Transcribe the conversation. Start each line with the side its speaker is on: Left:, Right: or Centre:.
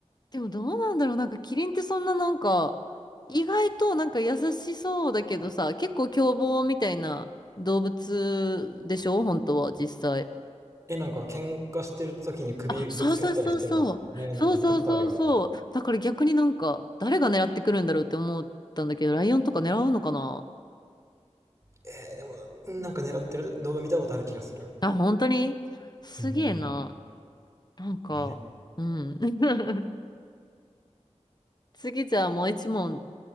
Left: でもどうなんだろうなんかキリンってそんななんか意外となんか優しそうだけどさ結構凶暴みたいな動物でしょ本当は実際。
Right: え、なんか、喧嘩してる時に首ぶつかったりしてるの。
Left: あ、そうそうそうそう。
Right: ね、なんか見たことあるよね。
Left: そうそうそうそう。だから逆になんか誰が狙ってくるんだろうって思ったんだけどライオンとか狙うのかな
Right: えー、でも、うんなんか狙ってる動画見たことある気がする。
Left: あ、本当にすげえな。
Right: うんうん。
Left: なんか、
Right: ね。
Left: うん。<laughs> 次じゃあもう一問